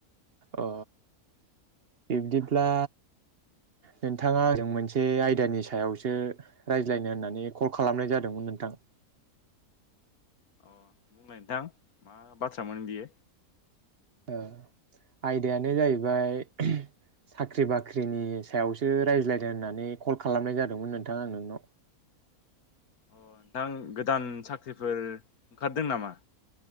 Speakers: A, on the right; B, on the left.
A: अ बिब्दिब्ला नोंथाङा आंजों मोनसे आयदानि सायावसो रायज्लायनो होननानै कल खालामनाय जादोंमोन नोंथां
B: अ बुंलाय नोंथां मा बाथ्रा मोन बियो
A: ओ आयदायानो जाहैबाय साख्रि बाख्रिनि सायावसो रायज्लायनो होननानै कल खालामनाय जादोंमोन नोंथां आं नोंनाव
B: अ नोंथां गोदान साख्रिफोर ओंखारदों नामा?